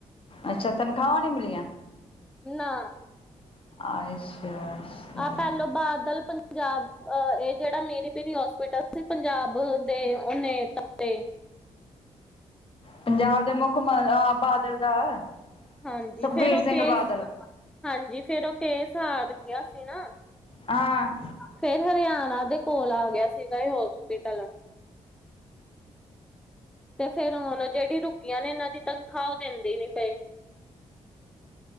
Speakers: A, on the left; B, in the centre.
A: ਅੱਛਾ ਤਨਖਾਹਾਂ ਨੀ ਮਿਲੀਆਂ
B: ਨਾ
A: ਅੱਛਾ ਅੱਛਾ
B: ਆਹ ਪਹਿਲੋਂ ਬਾਦਲ ਪੰਜਾਬ ਇਹ ਜਿਹੜਾ ਮੇਰੀ ਪੀਰੀ ਹੋਸਪਿਟਲ ਅ ਪੰਜਾਬ ਦੇ ਉਹ ਤਤੇ
A: ਪੰਜਾਬ ਦੇ ਮੁੱਖ ਬਾਦਲ ਦਾ
B: ਹਾਂਜੀ
A: ਸੁਖਬੀਰ
B: ਫਿਰ ਉਹ
A: ਸਿੰਘ
B: ਕੇ
A: ਬਾਦਲ
B: ਹਾਂਜੀ ਫਿਰ ਉਹ ਕੇਸ ਹਾਰ ਗਿਆ ਸੀ ਨਾ
A: ਹਾਂ
B: ਫਿਰ ਹਰਿਆਣਾ ਦੇ ਕੋਲ ਆ ਗਿਆ ਸੀਗਾ ਇਹ ਹੋਸਪਿਟਲ ਤੇ ਫਿਰ ਹੁਣ ਜਿਹੜੀ ਰੁਕੀਆਂ ਨੇ ਇਹਨਾਂ ਦੀ ਤਨਖਾਹ ਉਹ ਦਿੰਦੀ ਨੀ ਪਏ